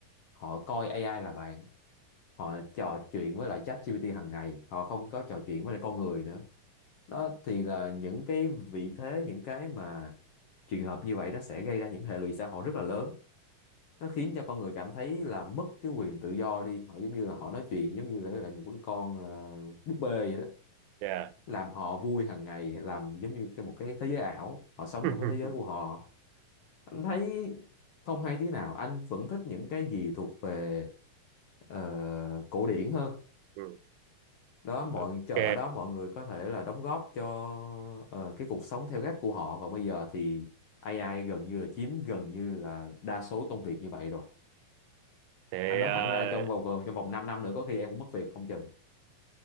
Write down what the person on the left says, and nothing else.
họ coi AI là bạn họ trò chuyện với lại ChatGPT hàng ngày họ không có trò chuyện với lại con người nữa đó thì là những cái vị thế những cái mà trường hợp như vậy nó sẽ gây ra những hệ lụy xã hội rất là lớn nó khiến cho con người cảm thấy là mất cái quyền tự do đi họ giống như là họ nói chuyện giống như là lại một cái con ờ, búp bê vậy đó
làm họ vui hàng ngày làm giống như cái một cái thế giới ảo họ sống
trong cái thế giới của họ anh thấy không hay tí nào anh vẫn thích những cái gì thuộc về ờ, cổ điển hơn
đó mọi
chờ ở đó mọi người có thể là đóng góp cho ờ, cái cuộc sống theo cách của họ còn bây giờ thì AI gần như là chiếm gần như là đa số công việc như vậy rồi
anh nói
thẳng ra trong vòng còn trong vòng 5 năm nữa có khi em cũng mất việc không chừng